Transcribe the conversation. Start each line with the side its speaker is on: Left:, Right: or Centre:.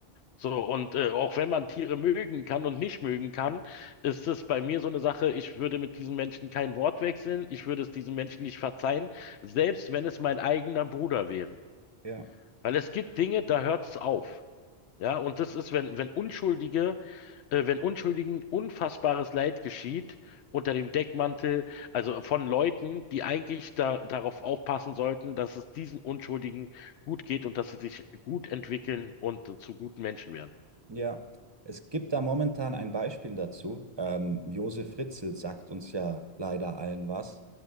Left: So, und äh, auch wenn man Tiere mögen kann und nicht mögen kann, ist es bei mir so eine Sache, ich würde mit diesem Menschen kein Wort wechseln, ich würde es diesem Menschen nicht verzeihen, selbst wenn es mein eigener Bruder wäre.
Right: ja.
Left: Weil es gibt Dinge, da hört es auf. Ja, und das ist, wenn, wenn Unschuldige äh, wenn Unschuldigen unfassbares Leid geschieht unter dem Deckmantel, also von Leuten, die eigentlich da, darauf aufpassen sollten, dass es diesen Unschuldigen gut geht und dass sie sich gut entwickeln und äh, zu guten Menschen werden.
Right: Ja, es gibt da momentan ein Beispiel dazu. Ähm, Josef Fritzl sagt uns ja leider allen was.